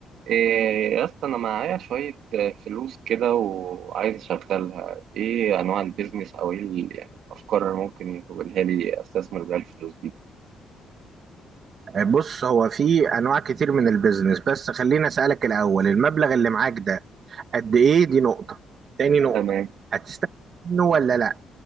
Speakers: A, on the right (about 75°); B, on the right (about 55°).
A: إيه يا اسطى انا معايا شوية آه، فلوس كده وعايز اشغلها ايه انواع البيزنس او ايه ال- يعني افكار اللي ممكن تقولها لي استثمر بيها الفلوس دي
B: بص هو في انواع كتير من البيزنس بس خليني اسالك الاول المبلغ اللي معاك ده قد ايه دي نقطه تاني نقطه
A: تمام
B: هتستفيد منه ولا لا